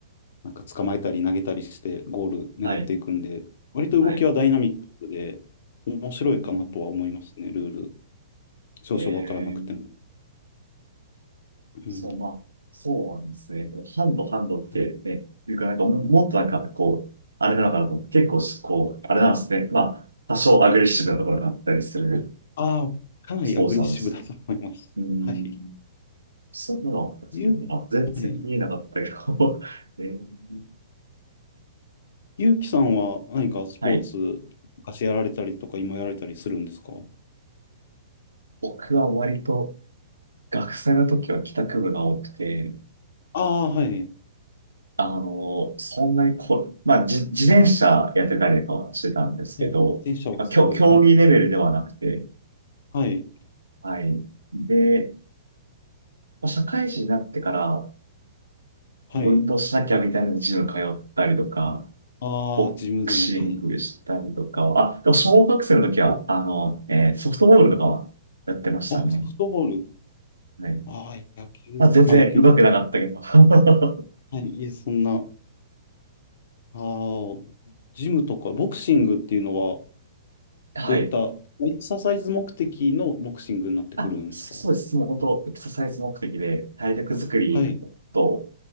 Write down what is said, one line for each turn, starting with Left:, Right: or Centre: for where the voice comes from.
Left: なんか捕まえたり投げたりして、ゴール狙っていくんで、
Right: はい、
Left: 割と動きはダイナミックで、
Right: はい。
Left: 面白いかなとは思いますね、
Right: うん、
Left: ルール。少々わからなくても。
Right: えー、
Left: うん、
Right: そう、まあ、そうなんですね。ハンド、ハンドってね、
Left: はい、
Right: いうか、なんかも、もっとなんか、こう、あれなのかなと思って、結構し、こう、あれなんですね。まあ、多少アグレッシブなところがあったりする
Left: ああ、かなりアグレッシブだと思います。
Right: スポーツなんです。うん、
Left: <laughs> はい。
Right: そんなの、
Left: ゆう、
Right: あ、全然見えなかったけど、
Left: はい、
Right: <laughs> えー
Left: ゆうきさんは何かスポーツ、
Right: はい。
Left: 昔やられたりとか、今やられたりするんですか
Right: 僕は割と学生の時は帰宅部が多くて、
Left: ああ、はい。
Right: あの、そんなにこ、まあ、じ、自転車やってたりとかはしてたんですけど、
Left: もう、自転車はすごい。
Right: まあ、競競技レベルではなくて、
Left: はい。はい。
Right: はい。で、まあ社会人になってから
Left: はい。
Right: 運動しなきゃみたいなジム通ったりとか、
Left: ああ、
Right: ボクシングしたりとかは、
Left: ジムでも。はい。
Right: あ、でも小学生の時は、あの、えーソフトボールとかはやってましたね。
Left: あ、ソフトボール。
Right: はい。
Left: ああ、野球。
Right: まあ、全然上手くなかったけど。
Left: まあ、野球ということ。
Right: <laughs>
Left: はい。いえ、そんな。ああ、ジムとか、ボクシングっていうのは、
Right: はい。
Left: どういったエクササイズ目的のボクシングになってくるんですか
Right: あ、そそうです。もう本当、エクササイズ目的で、体力作りと、
Left: はい、